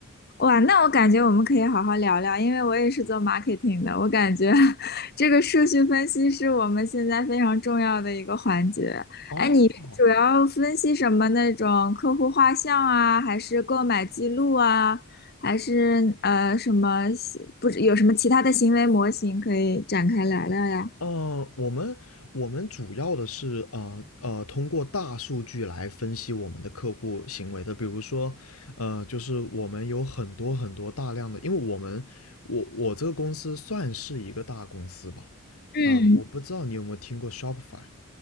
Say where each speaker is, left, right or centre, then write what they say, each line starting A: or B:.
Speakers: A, on the left; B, on the left.
A: 哇，那我感觉我们可以好好聊聊，因为我也是做 marketing 的，我感觉 <laughs> 这个数据分析是我们现在非常重要的一个环节。
B: 哦，
A: 哎，你是主要分析什么那种客户画像啊，还是购买记录啊，还是呃什么，不是有什么其他的行为模型可以展开聊聊呀？
B: 呃，我们我们主要的是呃呃，通过大数据来分析我们的客户行为的。比如说，呃，就是我们有很多很多大量的，因为我们我我这个公司算是一个大公司吧，
A: 嗯。
B: 呃，我不知道你有没有听过 Shopify。